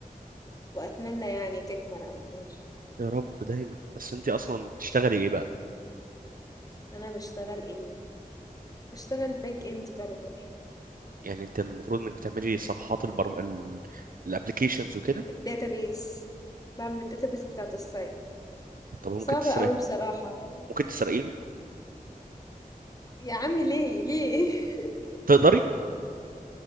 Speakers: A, on the left; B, on the right.
A: واتمنى يعني تكمل على خير
B: يا رب دايما بس انت اصلا بتشتغلي ايه بقى
A: انا بشتغل ايه بشتغل باك اند ديفلوبر
B: يعني انت المفروض انك بتعملي صفحات البرم ال- الابليكيشنز وكده
A: الداتابيس بعمل الداتابيس بتاعت السايت
B: طب ممكن
A: صعبة
B: تسرقي
A: قوي بصراحة
B: ممكن تسرقيهم
A: يا عم ليه ليه <laughs>
B: تقدري